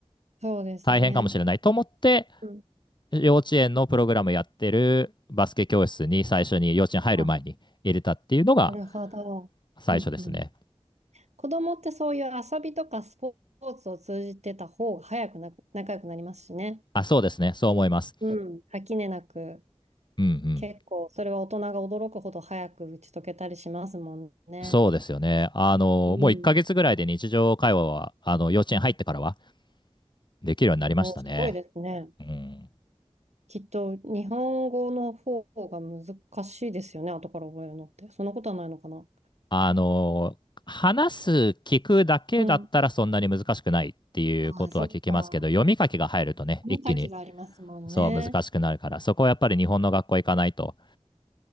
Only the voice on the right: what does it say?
そうですね。
うん。
あ、なるほど。
うん、うん。子供ってそういう遊びとかスポーツを通じてた方が早くな、仲良くなりますしね。
うん。垣根なく。
結構、それは大人が驚くほど早く打ち解けたりしますもんね。
うん。
お、すごいですね。
きっと、日本語の方が難しいですよね。後から覚えるのって。そんなことはないのかな。
うん。ああ、そっか。
読み書きがありますもんね。